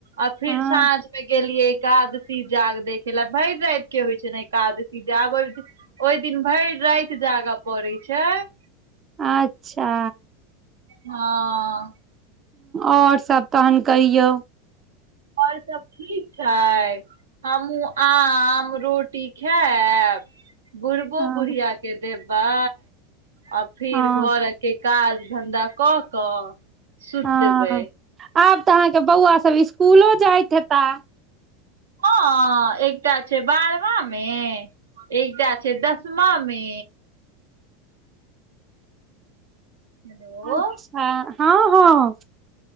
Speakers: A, on the right; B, on the right.
A: आ फिर
B: हँ
A: साँझ मे गेलियै एकादशी जाग देख लए भै राति के होइ छै ने एकादशी जाग ओहि दिन भरि राति जाग पड़ै छै
B: अच्छा
A: हँ
B: आओर सब तहन कहियौ
A: आओर सब ठीक छै हमूँ आम रोटी खायब बुढ़बो
B: हँ
A: बुढ़िया के देबै आ फिर
B: हँ
A: घर एक काज धन्धा कऽ कऽ सुतबै
B: हँ आब तऽ अहाँके बौआ सभ इसकुलो जाइत हेता
A: ह एकटा छै बारवामे एकटा छै दसमा मे हेलो
B: अच्छा हँ हँ